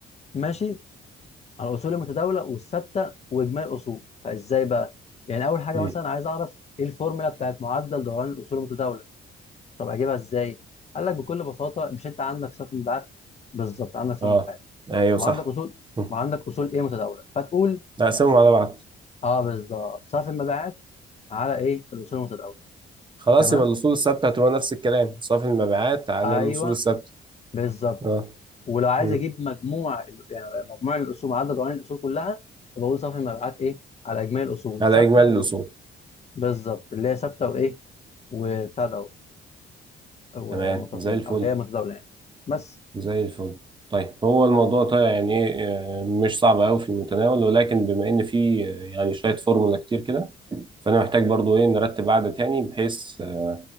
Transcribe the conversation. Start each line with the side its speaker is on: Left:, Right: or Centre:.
Left: ماشي على الاصول المتداوله والثابته واجمالي الاصول فازاي بقى يعني اول حاجه
Right: مم.
Left: مثلا عايز اعرف ايه الفورمولا بتاعت معدل دوران الاصول المتداوله طب اجيبها ازاي؟ قال لك بكل بساطه مش انت عندك صف مبيعات بالظبط عندك صف
Right: اه
Left: مبيعات
Right: ايوه
Left: وعندك
Right: صح
Left: اصول
Right: مم.
Left: وعندك اصول ايه متداوله فتقول
Right: نقسمهم على بعض
Left: اه بالظبط صف المبيعات على ايه الاصول المتداوله
Right: خلاص
Left: تمام
Right: يبقى الأصول الثابتة هتبقى نفس الكلام صافي المبيعات على
Left: ايوه
Right: الأصول الثابتة
Left: بالظبط
Right: اه
Left: ولو عايز
Right: مم.
Left: اجيب مجموع ال- يعني مجموع الاصول عدد عناصر الاصول كلها فبقول صف المبيعات ايه على اجمالي الاصول
Right: على
Left: ثابته
Right: إجمالي
Left: و...
Right: الأصول
Left: بالظبط اللي هي ثابته وايه وبتاع ده ومتغير
Right: تمام زي الفل
Left: او اللي هي متداوله يعني بس
Right: زي الفل طيب هو الموضوع طيب يعني إيه آه، مش صعب أوي في المتناول ولكن بما إن في آه، يعني شوية فورمولا كتير كده فأنا محتاج برضو إيه نرتب قعدة تاني بحيث آه،